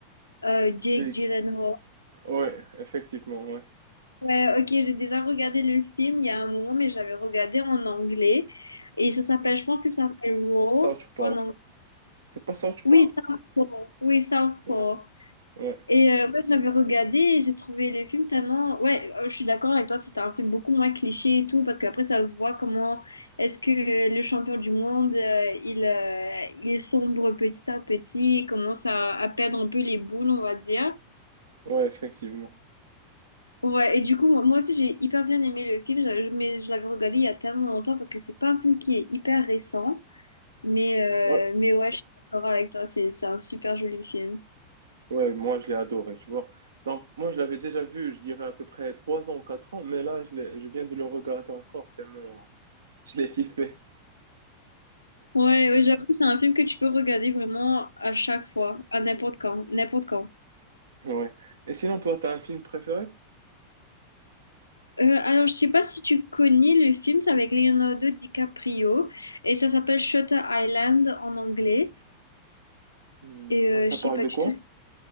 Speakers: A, on the left (about 80°); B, on the right (about 70°).
A: euh, Jake
B: Jake.
A: Gyllenhaal?
B: Ouais, effectivement, ouais,
A: Ouais, ok, j'ai déjà regardé le film il y a un moment, mais j'avais regardé en anglais. Et ça s'appelle,
B: ouais.
A: je pense que ça s'appelle Raw
B: South Park.
A: en anglais.
B: C'est pas South
A: Oui,
B: Park?
A: Southpaw. Oui, Southpaw.
B: Ouais, ouais,
A: Et euh, ouais, j'avais regardé et j'ai trouvé le film tellement... Ouais, euh, je suis d'accord avec toi, c'était un film beaucoup moins cliché et tout, parce qu'après, ça se voit comment est-ce que le champion du monde, euh, il, euh, il sombre petit à petit, il commence à, à perdre un peu les boules, on va dire.
B: ouais, effectivement.
A: Ouais, et du coup, moi moi aussi, j'ai hyper bien aimé le film, j'a- mais je l'avais regardé il y a tellement longtemps, parce que c'est pas un film qui est hyper récent, mais, euh,
B: Ouais,
A: mais ouais, je suis d'accord avec toi, c'est c'est un super joli film.
B: ouais, moi je l'ai adoré, tu vois. Donc, moi je l'avais déjà vu, je dirais à peu près 3 ans ou 4 ans, mais là je l'ai- je viens de le regarder encore tellement je l'ai kiffé.
A: Ouais, ouais, j'avoue, c'est un film que tu peux regarder vraiment à chaque fois, à n'importe quand, n'importe quand.
B: Ouais. Et sinon, toi, t'as un film préféré?
A: Euh, alors, je sais pas si tu connais le film, c'est avec Leonardo DiCaprio et ça s'appelle Shutter Island en anglais.
B: Hmm,
A: Et euh,
B: Ça
A: je
B: parle
A: sais pas
B: de
A: du
B: quoi?
A: tout. si-